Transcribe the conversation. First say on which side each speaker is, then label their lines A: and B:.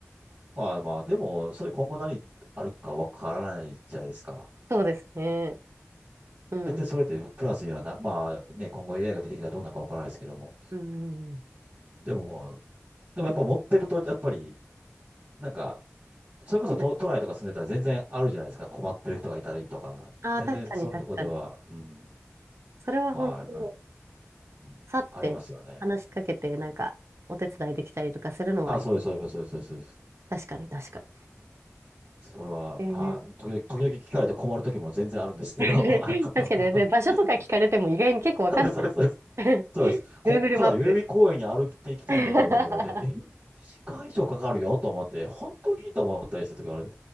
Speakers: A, on the right; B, on the right.
A: まあまあでも、それ今後何あるかわからないじゃないですか。
B: そうですね。うんうん。
A: 絶対それでプラスにはな、まあね、今後 AI が出てきたらどうなるかわからないですけども。
B: うんうんうん。
A: でも、でもやっぱ持ってると、やっぱり、なんか、それこそ都、
B: そうです。
A: 都内とか住んでたら全然あるじゃないですか。困ってる人がいたりとか。
B: ああ、
A: 全然そういうとこでは、
B: 確かに確かに。
A: うん、
B: それは本当、
A: はい、なうんありますよね。
B: 去って話しかけて、なんか、お手伝いできたりとかするのは、
A: あ、そうです、そうです、そうです、そうです。そうです
B: 確かに確かに。
A: それは、
B: えー
A: はい。時々、時々聞かれて困る時も全然あるんですけど、
B: <laughs>
A: <laughs> あの、
B: 確かに、
A: <laughs>
B: で場所とか聞かれても意外に結構わかんない。
A: そうです、そうです、そうです。
B: <laughs>
A: そうですこっから代々木公園に歩いていきたいんだけどと言われて、
B: Google マップ。<laughs>
A: え、時間以上かかるよと思って、本当にいいと思ったりした時がある。